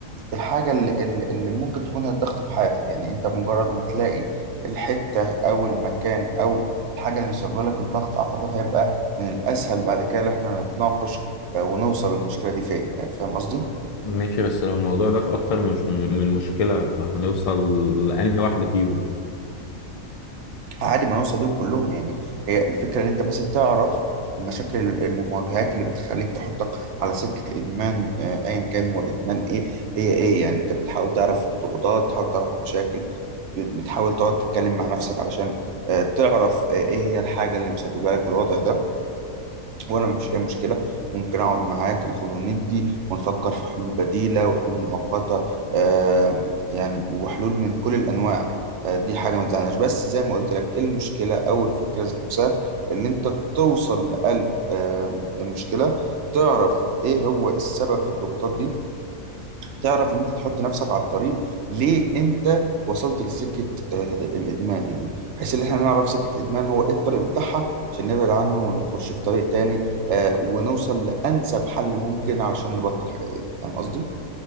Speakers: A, on the right; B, on the left.
A: الحاجة اللي, اللي اللي ممكن تكون هي الضغط في حياتك يعني أنت مجرد ما تلاقي الحتة أو المكان أو الحاجة اللي مسببة لك الضغط أعتقد هيبقى من الأسهل بعد كده إن إحنا نتناقش آه، ونوصل للمشكلة دي فين آه، فاهم قصدي؟
B: ماشي بس لو الموضوع ده في أكتر مش من مشكلة فهنوصل لأنهي واحدة فيهم
A: عادي ما نوصل لهم كلهم يعني هي الفكرة ان انت بس تعرف المشاكل ال- المواجهات اللي بتخليك تحطك على سكة الإدمان آه، أيا كان هو إدمان إيه هي إيه يعني أنت بتحاول تعرف الضغوطات بتحاول تعرف المشاكل بت- بتحاول تقعد تتكلم مع نفسك علشان آه، تعرف آه، إيه هي الحاجة اللي مسببة لك الوضع ده وانا مفيش اي مشكله ممكن اقعد معاك ناخد وندي ونفكر في حلول بديله وحلول مؤقته آم، يعني وحلول من كل الانواع آه، دي حاجه ما تزعلناش بس زي ما قلت لك ايه المشكله او الفكره ذات نفسها ان انت توصل لقلب آم، المشكله تعرف ايه هو السبب في الضغوطات دي تعرف ان انت تحط نفسك على الطريق ليه انت وصلت لسكه آه، الادمان يعني بحيث ان احنا نعرف سكه الادمان هو ايه الطريق بتاعها عشان نبعد عنه ونخش في طريق تاني آه، ونوصل لانسب حل ممكن علشان نبطل حاجه زي دي فاهم قصدي